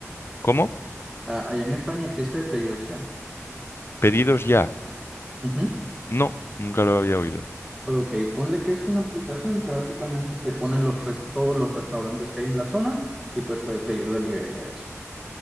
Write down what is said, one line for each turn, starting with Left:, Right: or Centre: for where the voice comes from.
Left: ¿Cómo?
Centre: Ah, allá en España existe pedidos ya.
Left: ¿Pedidos ya?
Centre: Ujú.
Left: No, nunca lo había oído.
Centre: Ok, ponle que es una aplicación que básicamente te pone los res- todos los restaurantes que hay en la zona y pues puedes pedir delivery de eso.